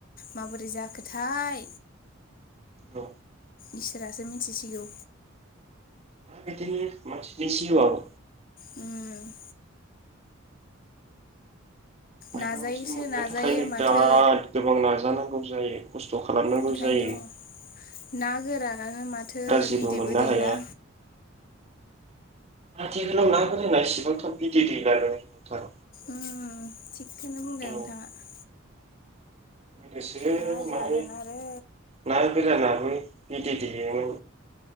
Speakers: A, on the left (about 45°); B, on the right (about 30°).
A: माबोरै जाखोथाय
B: औ
A: इसोरासो मिथिसिगौ।
B: बिदिनो मानसिनि जिउ याव
A: उम
B: मायबा
A: नाजायोसो
B: मोनसे मोननो
A: नाजायो
B: थाखायनो
A: माथो
B: बिराद गोबाव नाजानांगौ जायो खस्थ' खालामनांगौ
A: ओंखायनोथ'
B: जायो। बे <inaudible>
A: ना गोरानानो माथो
B: जेबो
A: बिदैबो
B: मोननो
A: दैला
B: हाया आथिखालाव ना गोराना इसेबां थाब बिदै दैलालै नोंथां।
A: ओम थिगखौनो बुंदों
B: औ
A: नोंथाङा।
B: बेसो
A: मा जागोन
B: मारै
A: आरो
B: ना गोरानाबो बिदै दैनो